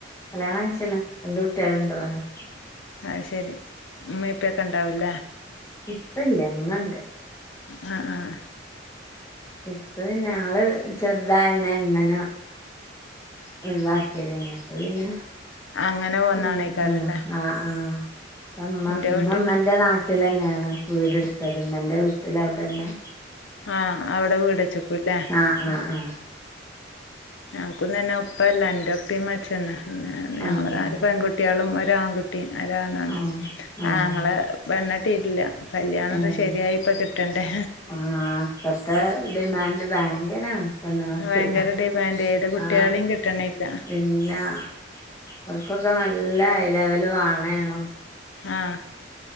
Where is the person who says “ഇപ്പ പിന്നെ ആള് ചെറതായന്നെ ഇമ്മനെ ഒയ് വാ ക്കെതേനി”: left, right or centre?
Left